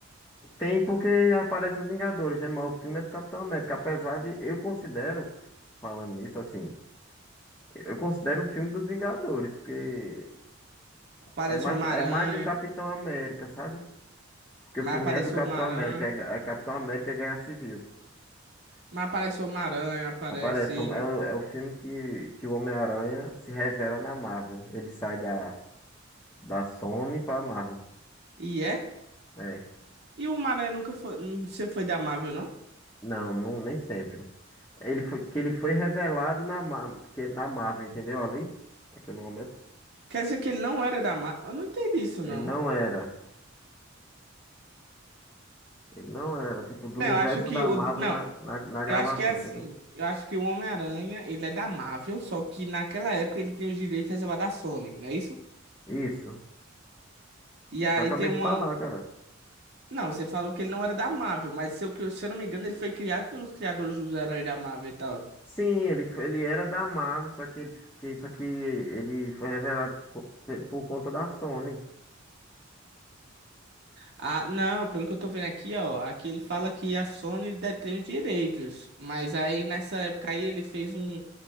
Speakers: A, on the left (about 15°); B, on the right (about 55°).
A: Tem porque aparece os Vingadores, né? Mas o filme é do Capitão América. Apesar de eu considero, falando nisso, assim. Eu considero o filme dos Vingadores, porque
B: Aparece
A: é mais,
B: o Homem-Aranha.
A: é mais do Capitão América, sabe? Porque
B: Mas
A: o filme
B: aparece
A: é do Capitão
B: o Homem-Aranha.
A: América, é, Ga- é Capitão América e Guerra Civil.
B: Mas aparece o Homem-Aranha, aparece.
A: Aparece, um- é, o- é o filme que, que o Homem-Aranha se revela na Marvel. Ele sai da, da Sony pra Marvel.
B: E é?
A: É.
B: E o Homem-Aranha nunca foi. Não sempre foi da Marvel, não?
A: Não, não, nem sempre. Ele foi, que ele foi revelado na, Ma- que, na Marvel, entendeu? Ali, naquele momento.
B: Quer dizer que ele não era da Marvel? Eu não entendi isso, não.
A: Ele não era. Ele não era, tipo, do
B: Não,
A: universo
B: eu acho que
A: da
B: o.
A: Marvel
B: Não,
A: na, na, na gravação,
B: eu acho que é assim.
A: entendeu?
B: Eu acho que o Homem-Aranha, ele é da Marvel, só que naquela época ele tem os direitos reservados à Sony, não é isso?
A: Isso.
B: E aí
A: que eu acabei
B: tem uma.
A: de falar, cara.
B: Não, você falou que ele não era da Marvel, mas se eu, que- se eu não me engano, ele foi criado pelos criadores dos heróis da Marvel e tal.
A: Sim, ele, f- ele era da Marvel, só que, ele, que, só que ele foi revelado por, pe- por conta da Sony.
B: Ah, não, pelo que eu tô vendo aqui, ó. Aqui ele fala que a Sony detém os direitos, mas aí nessa época aí ele fez um.